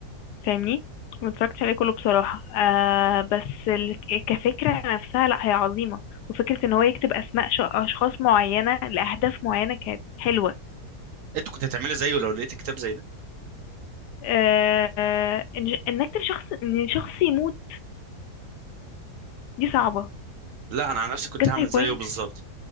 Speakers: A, on the left; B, on the right.
A: فاهمني ما اتفرجتش عليه كله بصراحة آه بس ال- كفكرة نفسها لا هي عظيمة وفكرة ان هو يكتب اسماء ش- اشخاص معينة لاهداف معينة كانت حلوة
B: انت كنت هتعملي زيه لو لقيت كتاب زي ده
A: آه آه، ان إن نكتب شخص ان شخص يموت دي صعبة
B: لا انا على نفسي كنت
A: جت
B: هعمل
A: my
B: زيه
A: point
B: بالظبط